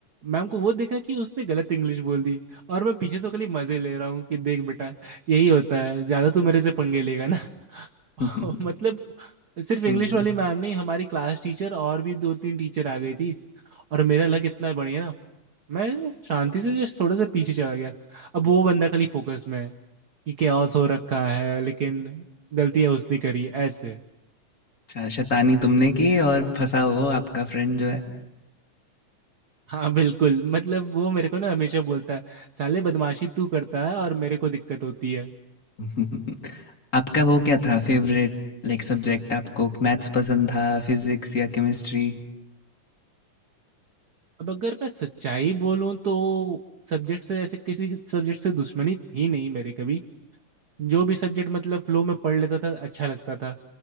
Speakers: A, on the right; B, on the left.
A: मैम को वो दिखा कि उसने गलत इंग्लिश बोल दी और मैं पीछे से खाली मजे ले रहा हूँ कि देख बेटा यही होता है ज्यादा तू मेरे से पंगे लेगा <laughs>
B: <laughs>
A: मतलब सिर्फ इंग्लिश
B: हम्म,
A: वाली मैम नहीं हमारी क्लास टीचर और भी दो तीन टीचर आ गई थी और मेरा लक इतना बढ़िया ना मैं शांति से जस्ट थोड़ा सा पीछे चला गया अब वो बंदा खाली फोकस में है कि कैओस हो रखा है लेकिन गलतियां उसने करी ऐसे
B: अच्छा शैतानी तुमने की और फंसा वो आपका फ्रेंड जो है
A: हाँ बिल्कुल मतलब वो मेरे को ना हमेशा बोलता है साले बदमाशी तू करता है और मेरे को दिक्कत होती है
B: <laughs> आपका वो क्या था फेवरेट लाइक सब्जेक्ट आपको मैथ्स पसंद था फिजिक्स या केमिस्ट्री
A: अब अगर मैं सच्चाई बोलूं तो सब्जेक्ट से ऐसे किसी सब्जेक्ट से दुश्मनी थी नहीं मेरी कभी जो भी सब्जेक्ट मतलब फ्लो में पढ़ लेता था अच्छा लगता था